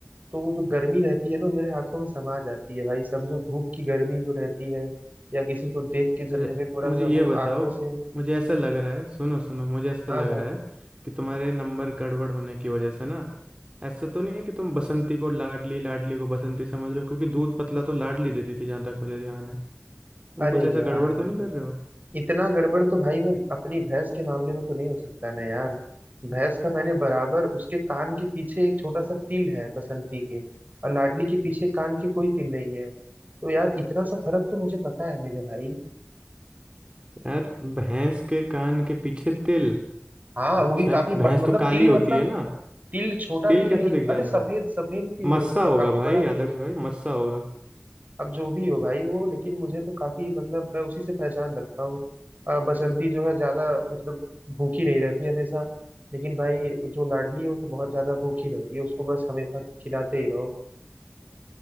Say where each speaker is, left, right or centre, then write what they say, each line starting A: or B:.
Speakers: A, on the right; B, on the right.
A: तो वो जो गर्मी रहती है ना वो मेरे आंखों में समा जाती है भाई समझो धूप की गर्मी जो रहती है या किसी को देख के जब
B: अरे
A: मुझे थोड़ा
B: मुझे
A: सा
B: ये
A: वो
B: बताओ
A: आंखों से
B: मुझे ऐसा लग रहा है सुनो सुनो मुझे ऐसा
A: हाँ
B: लग
A: हाँ
B: रहा है कि तुम्हारे नंबर गड़बड़ होने की वजह से ना ऐसा तो नहीं है कि तुम बसंती को लाडली लाडली को बसंती समझ रहे हो क्योंकि दूध पतला तो लाडली देती थी जहां तक मुझे ध्यान है तुम
A: अरे
B: कुछ ऐसा
A: यार
B: गड़बड़ तो नहीं कर रहे हो
A: इतना गड़बड़ तो भाई मैं अपनी भैंस के मामले में तो नहीं हो सकता ना यार भैंस का मैंने बराबर उसके कान के पीछे एक छोटा सा तिल है बसंती के और लाडली के पीछे कान के कोई तिल नहीं है तो यार इतना सा फर्क तो मुझे पता है मेरे भाई
B: यार भैंस के कान के पीछे तिल
A: हाँ
B: अच्छा
A: वो भी काफी ब...
B: भैंस
A: मतलब
B: तो काली
A: तिल
B: होती
A: मतलब
B: है ना
A: तिल छोटा
B: तिल
A: तिल
B: कैसे
A: नहीं
B: दिख जाता
A: अरे सफेद
B: है
A: सफेद तिल है
B: मस्सा
A: उसका
B: होगा
A: काफी
B: भाई
A: बड़ा तिल
B: आदर्श
A: है
B: भाई मस्सा होगा
A: अब जो भी हो भाई वो लेकिन मुझे तो काफी मतलब मैं उसी से पहचान रखता हूँ अ, बसंती जो है ज्यादा मतलब भूखी नहीं रहती हमेशा लेकिन भाई जो लाडली हो तो बहुत ज्यादा भूखी रहती है उसको बस हमेशा खिलाते ही रहो